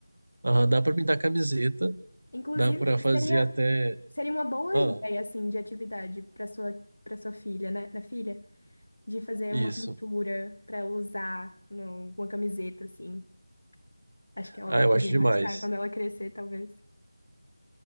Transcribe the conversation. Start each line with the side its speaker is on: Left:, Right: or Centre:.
Right: Ah, dá para pintar camiseta,
Left: Inclusive,
Right: dá para fazer
Left: seria,
Right: até,
Left: seria uma boa
Right: ah,
Left: ideia, assim, de atividade para sua, para sua filha, né? Na filha, de fazer
Right: isso.
Left: uma pintura para ela usar no, uma camiseta, assim. Acho que ela
Right: Ah,
Left: vai
Right: eu
Left: iria
Right: acho demais.
Left: gostar quando ela crescer, talvez.